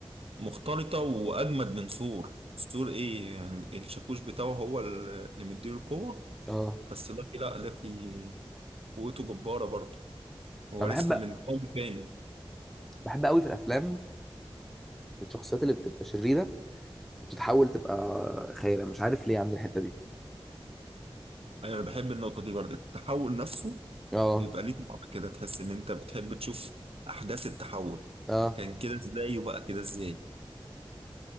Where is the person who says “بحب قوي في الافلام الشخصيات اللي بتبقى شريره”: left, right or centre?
Centre